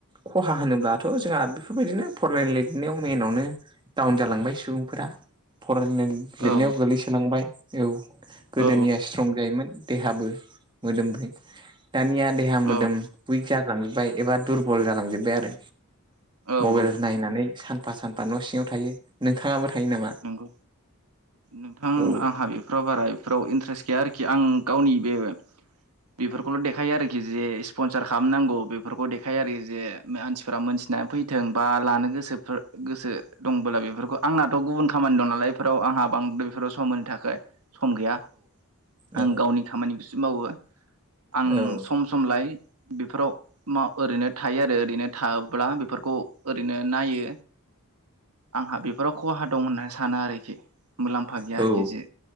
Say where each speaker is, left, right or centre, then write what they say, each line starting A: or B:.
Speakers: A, on the right; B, on the right.
A: खहा होनोब्लाथ' जोंहा बेफोरबायदिनो फरायनाय लिरनायाव मेनावनो डाउन जालांबाय सुबुंफोरा फराय लिरनायाव
B: औ
A: गोग्लैसोलांबाय औ गोदोनिया
B: औ
A: स्ट्रं जायोमोन देहाबो मोदोमबो दानिया देहा मोदोम
B: औ
A: बै जालांजोबबाय एबा दुरबल जालांजोबबाय आरो
B: औ
A: मबाइल
B: औ
A: नायनानै सानफा सान फा न'सिङाव थायो। नोंथाङाबो थायो नामा?
B: नंगौ नोंथां
A: औ
B: आंहा बेफोराव बाराय फोराव इन्ट्रेस्ट गैया आरोखि आं गावनि बे बेफोरखौल' देखायो आरोखि जे स्पनसार खालामनांगौ बेफोरखौ देखायो आरोखि जे मानसिफोरा मोनथिनानै फैथों बा लानो गोसोफोर गोसो दंबोला बेफोरखौ आंनाथ' गुबुन खामानि दं नालाय बेफोराव आंहा बांद्राय बेफोराव समनि थाखाय। सम गैया
A: औ
B: आं गावनि खामानिखौस सो मावो आं
A: औ
B: सम समलाय बेफोराव माव ओरैनो थायो आरो ओरैनो थाब्ला बेफोरखौ ओरैनो नायो आंहा बेफोराव खहा दं होननानै साना आरोखि मुलाम्फा गैया
A: औ
B: आरोखि जे